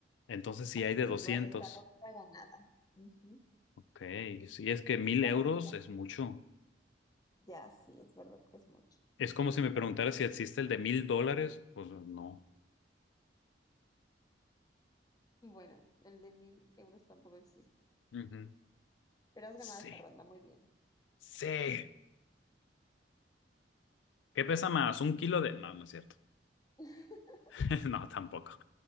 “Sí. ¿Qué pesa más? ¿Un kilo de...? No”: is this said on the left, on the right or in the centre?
Left